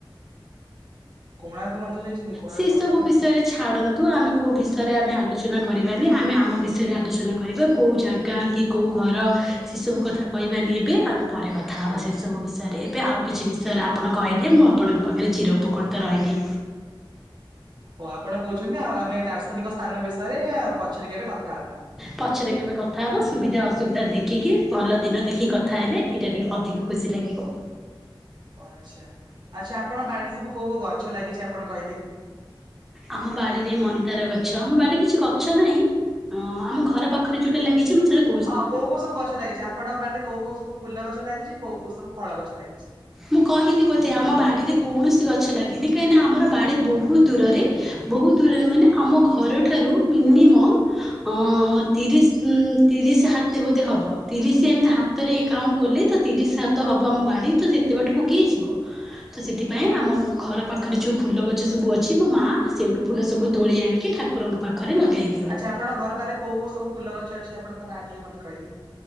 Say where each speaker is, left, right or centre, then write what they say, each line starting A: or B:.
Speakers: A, on the right (about 55°); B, in the centre.
A: କୋଣାର୍କ ମନ୍ଦିର ଯାଇଛନ୍ତି? କୋଣାର୍କ
B: ସେସବୁ
A: ମନ୍ଦିର
B: ବିଷୟରେ ଛାଡନ୍ତୁ ଆମେ କେଉଁ ବିଷୟରେ ଆମେ ଆଲୋଚନା କରିବାନି ଆମେ ଆମ ବିଷୟରେ ଆଲୋଚନା କରିବା କେଉଁ ଜାଗା କି। କେଉଁ ଘର ସେସବୁ କଥା କହିବାନି ଏବେ ଆମେ ପରେ କଥା ହେବା ସେସବୁ ବିଷୟରେ ଏବେ ଆଉ କିଛି ବିଷୟରେ। ଆପଣ କହିଲେ ମୁଁ ଆପଣଙ୍କ ପାଖରେ ଚିର ପକୃତ ରହିବି
A: ଓ ଆପଣ କହୁଛନ୍ତି ଆଉ ଆମେ ଦାର୍ଶନିକ ସ୍ଥାନ ବିଷୟରେ ପଛରେ କେବେ କଥା ହବା
B: ପଛରେ କେବେ କଥା ହେବ ସୁବିଧା ଅସୁବିଧା ଦେଖିକି ଭଲ ଦିନ ଦେଖିକି କଥା ହେଲେ। ଏଇଟା ଟିକେ ଅଧିକ ଖୁସି ଲାଗିବ।
A: ଓ ଆଚ୍ଛା ଆପଣ ବାଡିରେ ସବୁ କୋଉ କୋଉ ଗଛ ଲାଗିଛି ଆପଣ କହିଲେ।
B: ଆମ ବାଡିରେ ମନ୍ଦାର ଗଛ ଆମ ବାଡିରେ କିଛି ଗଛ ନାହିଁ। ହଁ ଆମ ଘର ପାଖରେ ଯୋଉଟା ଲାଗିଛି ମୁଁ ସେଟା।
A: ହଁ କେଉଁ କେଉଁ ଗଛ ଲାଗିଛିସବୁ ଫୁଲ ଲାଗିଛି ଆପଣଙ୍କ ପାଡିରେ କୋଉ କୋଉ ସବୁ ଫୁଲ ଗଛ ଲାଗିଛି କୋଉ କୋଉ ସବୁ ଫଳ ଗଛ ଲାଗିଛି।
B: ମୁଁ କହିଲି ବୋଧେ ଆମ ବାଡ଼ିରେ କୌଣସି ଗଛ ଲାଗିନି କାହିଁକିନା ଆମର ବାଡ଼ି ବହୁତ ଦୂରରେ। ବହୁତ ଦୂରରେ ମାନେ ଆମ ଘର ଠାରୁ ମିନିମମ୍। ହଁ ତିରିଶ ତିରିଶ ସାତ ବୋଧେ ହବ ତିରିଶି ଏମିତି ହାତେ। ହାତରେ କାଉଣ୍ଟ କଲେ ତ ତିରିଶ ହାତ ହବ ଆମ ବାଡି ତ ସେତେ ବାଟକୁ କିଏ ଯିବ। ତ ସେଥିପାଇଁ ଆମ ଘର ପାଖରେ ଯୋଉଁ ଫୁଲ ଗଛ ସବୁ ଅଛି ମୋ ମା ସେଇଠୁ ଫୁଲ ସବୁ ତୋଳି ଆଣିକି ଠାକୁର ଠାକୁରଙ୍କ ପାଖରେ ଲଦେଇଦିଏ।
A: ଆଚ୍ଛା ଆପଣ ଘର ପାଖରେ କେଉଁ କେଉଁ ସବୁ ଫୁଲ ଗଛ ଅଛି ନାଁ ଟିକେ ମତେ କହିଲେ।